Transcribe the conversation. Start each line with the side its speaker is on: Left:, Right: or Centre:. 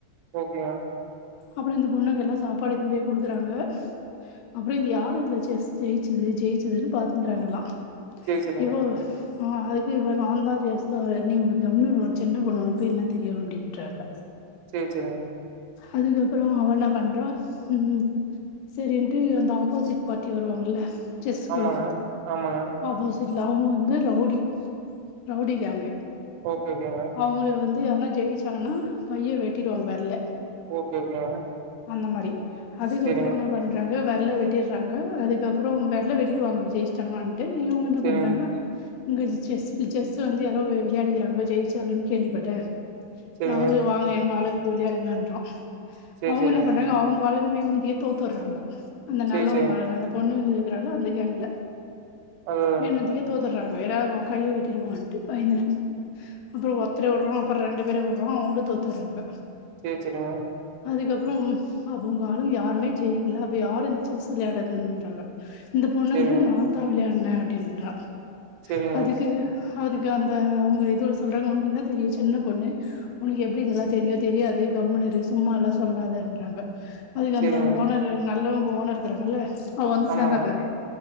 Right: ஓகேங்க
Left: அப்பறோ இந்த பொண்ணுக்கு எல்லா சாப்பாடு எத்துனு போய் குடுக்குறாங்க அப்பறோ இந்த யாரு இதுல செஸ் ஜெயிச்சது ஜெயிச்சதுன்னு பாத்துங்கிறாங்க எல்லா
Right: சேரி சேரிங்க.
Left: இவோ ஆ அதுக்கு இவ நாந்தா செஸ்ஸு நீ கம்முனு இரு ஒ சின்ன பொண்ணு ஒனக்கு போய் என்ன தெரியு அப்டின்றாங்க
Right: செர் செரிக
Left: அதுக்கப்பறோ அவ என்ன பண்றா ம் ம் செரின்ட்டு அந்த ஆப்போசிட் பார்ட்டி வருவாங்கல்ல செஸ்க்கெல்லா
Right: ஆமாங்க, ஆமாங்க.
Left: ஆப்போசிட்ல அவங்க வந்து ரவுடி ரவுடி கேங்கு
Right: ஓகே ஓகேங்க
Left: அவங்கள வந்து யார்னா ஜெயிச்சாங்கன்னா கைய வெட்டிடுவாங்க வெரல
Right: ஓகே ஓகேங்க
Left: அந்த மாரி அதுக்கப்பறோ
Right: சேரிங்க,
Left: என்ன பண் றாங்க வெரல வெட்டிறாங்க அதுக்கப்பறோ வெரல வெட்டிடுவாங்க அவங் ஜெய்ச்சுட்டாங்கன் ட்டு இவங்க என்ன
Right: சேரிங்க,
Left: பண்றாங்க இங்க செஸ் செஸ்ஸு வந்து யாரோ வி விளையாடிக்கிறாங்க ஜெயிச்சாங்கன்னு கேள்விப்பட்டே
Right: சேரிங்க.
Left: யாரு வாங்க எங்க ஆளுங் கூட விளையாடுங்கன்றா
Right: சேரி
Left: அவங்க
Right: சேரிங்க,
Left: என்ன பண்றாங்க அவங்க ஆளுங்க வேணுமிதியே தோத்துடுறாங்க அந்த
Right: சேரி
Left: நல்லவங்காளுங்க
Right: சேரிங்க.
Left: அந்த பொண்ணு இருக்குறால அந்த கேங்குல
Right: அது
Left: என்னத்துக்கே தோத்துறாங்க வேறாவ்து கைய வெட்டிடுவான்ட்டு பயந்துனு அப்பறோ ஒத்தர விடுறோ அப்பறோ ரெண்டு பேரயு விடுறோ அவங்களு தோத்துறாங்க
Right: செர் செரிங்க
Left: அதுக்கப்பறோ அவங்க ஆளுங்க யாருமே ஜெயிக்கல அப்ப யாரு இந்த செஸ் விளையான்றதுன்றாங்க இந்த பொண்ணு
Right: சேரிங்க,
Left: வந்து நாந்தா விளையாண்ண அப்டின்றா
Right: சேரிங்க,
Left: அதுக்கு அதுக்கு அந்த அவுங்க இதோ சொல்றாங்க உனக்கு என்ன தெரியு சின்ன பொண்ணு உனக்கு எப்டி இதெல்லா
Right: ம்
Left: தெரியோ தெரியாது கம்முனு இரு சும்மா எல்லா சொல்லாதன்றாங்க அதுக்கு
Right: சேரிங்க.
Left: அந்த ஓனர் இ நல்லவுங்க ஓனர் இருக்கிறாங்கல்ல அவ வந்து
Right: ஆமாங்க.
Left: சேந்தா பாரு